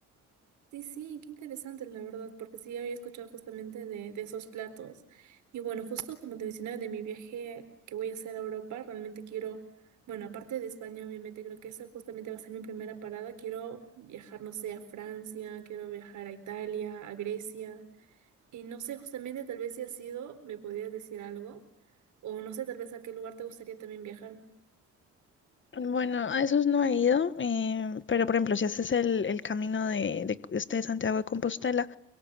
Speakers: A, on the right (about 75°); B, on the left (about 40°).
A: Sí, sí, qué interesante, la verdad, porque sí había escuchado justamente de, de esos platos. Y bueno, justo como te mencionaba de mi viaje que voy a hacer a Europa, realmente quiero, bueno, aparte de España, obviamente, creo que esa justamente va a ser mi primera parada. Quiero viajar, no sé, a Francia, quiero viajar a Italia, a Grecia. Y no sé, justamente, tal vez si has ido, me podrías decir algo. O no sé, tal vez a qué lugar te gustaría también viajar.
B: Bueno, a esos no he ido, em, pero por ejemplo, si haces el, el camino de, de este de Santiago de Compostela,